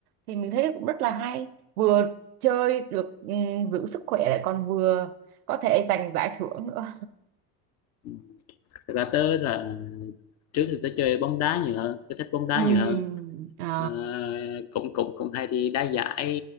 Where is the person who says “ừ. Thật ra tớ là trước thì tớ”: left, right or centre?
Left